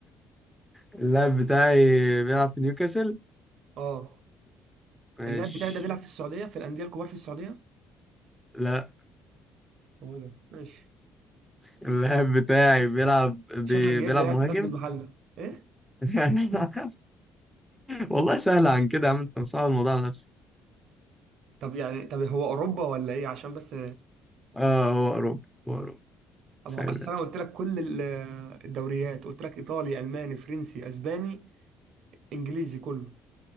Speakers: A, in the centre; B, on the right (about 65°).
A: اللاعب بتاعي بيلعب في نيوكاسل
B: اه
A: ماشي
B: اللاعب بتاعي ده بيلعب في السعوديه في الانديه الكبار في السعوديه
A: لا
B: هو ده ماشي
A: اللاعب بتاعي بيلعب بي...
B: شكلك جايب
A: بيلعب
B: ده لاعب
A: مهاجم
B: في غزل المحله ايه
A: <laughs> والله سهل عن كده يا عم انت مصعب الموضوع على نفسك
B: طب يعني طب هو اوروبا ولا ايه عشان بس
A: اه هو اوروبا هو اوروبا
B: طب
A: سهل
B: ما هو أصل انا قلت لك كل ال- الدوريات قلت لك ايطالي الماني فرنسي اسباني انجليزي كله